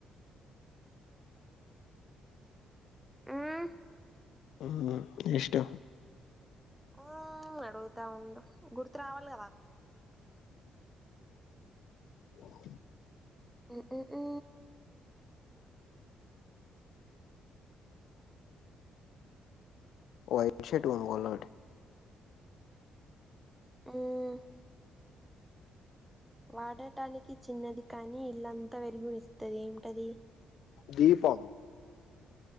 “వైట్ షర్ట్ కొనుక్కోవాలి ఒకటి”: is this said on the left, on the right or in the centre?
Left